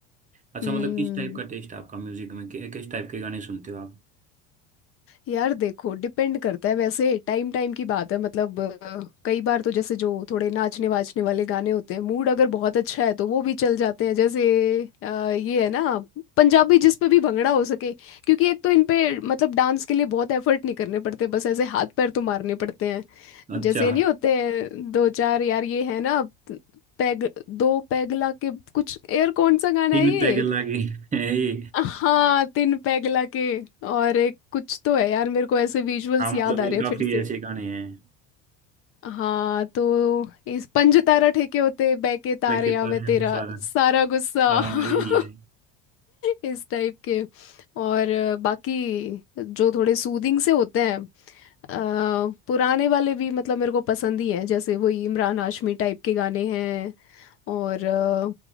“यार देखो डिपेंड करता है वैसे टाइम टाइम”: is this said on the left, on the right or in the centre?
Left